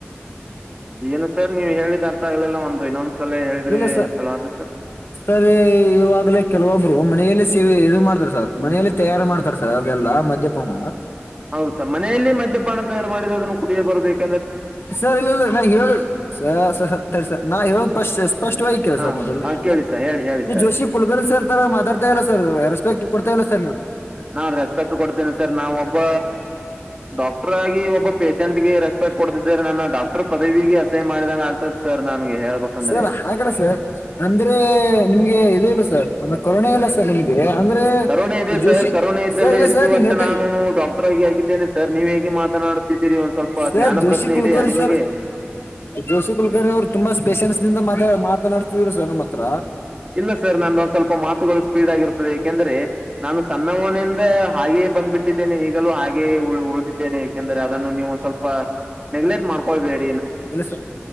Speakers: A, on the right; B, on the left.
A: ಏನು ಸರ್ ನೀವ್ ಹೇಳಿದ್ ಅರ್ಥ ಆಗ್ಲಿಲ್ಲ ಒಂದು ಇನ್ನೊಂದು ಸಲ ಹೇಳಿದ್ರೆ
B: ಇಲ್ಲ ಸ
A: ಚಲೋ ಆಯ್ತು ಸರ್
B: ಸರಿ ಇವಾಗಲ ಕೆಲವೊಬ್ ಮನೆಯಲ್ಲಿ ಸೇವೆ ಇದು ಮಾಡ್ತಾರ ಸರ್ ಮನೆಯಲ್ಲಿ ತಯಾರು ಮಾಡ್ತಾರ ಸರ್ ಅವೆಲ್ಲಾ ಮದ್ಯಪಾನ
A: ಹೌದಸಾ ಮನೆಯಲ್ಲಿ ಮದ್ಯಪಾನ ತಯಾರು ಮಾಡಿದ ಅದನ್ನು ಕುಡಿಯೇ ಬರ್ಬೇಕು
B: ಸರ್ ಇ ಇ ನಾ ಹೇಳ ಸರಿ ಸರ್ ನಾ ಹೇಳ ಸ್ ಸ್ಪಷ್ಟವಾಗಿ ಕೇಳ
A: ಹಾ
B: ಸರ್ ಮೊದ ನೀವು
A: ಹಾ ಕೇಳಿ ಸರ್ ಹೇಳಿ ಹೇಳಿ
B: ನೀವು
A: ಸರ್
B: ಜೋಶಿ ಕುಲ್ಗರ್ಣ್ ಸರ್ ತರ ಮಾತಾಡ್ತಾ ಇಲ್ಲ ಸರ್ ರೆಸ್ಪೆಕ್ಟ್ ಕೊಡ್ತಾ ಇಲ್ಲ ಸರ್ ನೀವು
A: ನಾನ್ ರೆಸ್ಪೆಕ್ಟ್ ಕೊಡ್ತೇನೆ ಸರ್ ನಾ ಒಬ್ಬ ಡಾಕ್ಟರ್ ಆಗಿ ಒಬ್ಬ ಪೇಷಂಟ್ ರೆಸ್ಪೆಕ್ಟ್ ಕೊಡ್ತಿದ್ದಾರೆ ನನ್ನ ಡಾಕ್ಟರ್ ಪದವಿಗೆ ಅಸಹನ್ ಮಾಡಿದಾಗ ಆಗ್ತದೆ ಸರ್ ನನಗೆ ಹೇಳ್ಬೇಕಂದ್ರೆ
B: ಸರ್ ಹಾಗಲ್ಲ ಸರ್ ಅಂದ್ರೆ ನಿಮ್ಗೆ ಇದ ಇಲ್ಲ ಸರ್ತ್ತೆ ಕೊರೋನ ಇಲ್ಲ ಸರ್ ನಿಮಗೆ ಅಂದ್ರೆ
A: ಕರೋನ ಇದೆ ಸರ್
B: ಜೋಶಿ
A: ಕರೋನಾ ಇದ್ದಲ್ಲೆ
B: ಸರ್ ಇಲ್ಲ
A: ಎಷ್ಟು
B: ಸರ್ ನೀವ್
A: ವರ್ಷ
B: ಹೇಳ್ತಾ
A: ನಾನು ಡಾಕ್ಟರ್ ಆಗಿ ಆಗಿದ್ದೇನೆ ಸರ್ ನೀವ್ ಹೇಗೆ ಮಾತ ೀರಿ ಒಂದ್ ಸ್ವಲ್ಪ
B: ಸರ್
A: ಜ್ಞಾನ
B: ಜೋಶಿ
A: ಪ್ರಜ್ಞೆ
B: ಕುಲಕರ್ಣಿ
A: ಇದದೆೆಯಾ ನಿಮಗೆ
B: ಸರ್ ಜೋಶಿ ಕುಲ್ಕರ್ಣಿ ಅವ್ರು ತುಂಬಾ ಸ್ಪೆಷನ್ಸ್ ದಿಂದ ಮಾತ ಮಾತನಾಡಡ್ತಿದ್್ರರು ಸ್ವ ನಮ್ಮ ಹತ್ರ
A: ಇಲ್ಲ ಸರ್ ನಂದೊಂದ್ ಸ್ವಲ್ಪ ಮಾತುಗಳು ಸ್ಪೀಡ್ ಆಗಿರ್ತ್ತೆ ಯಾಕೆಂದ್ರೆ ನಾನು ಸಣ್ಣ ಮನೆಯಿಂದ ಹಾಗೇ ಬಂದ್ಬಿಟ್ಟಿದ್ದೇನೆ ಈಗಲೂ ಹಾಗೇ ಉಳಿದಿದ್ದೇನೆ ಯಾಕೆಂದ್ರೆ ಅದನ್ನು ನೀವು ಸ್ವಲ್ಪ ನೆಗ್ಲೆಕ್ಟ್ ಮಾಡ್ಕೊಳ್ಬೇಕೇು
B: ಇಲ್ಲ ಸರ್